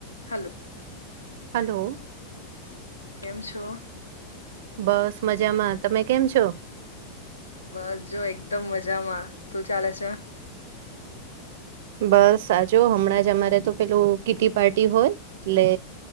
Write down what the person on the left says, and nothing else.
Hello.
કેમ છો?
બસ જો એકદમ મજામાં શું ચાલે છે.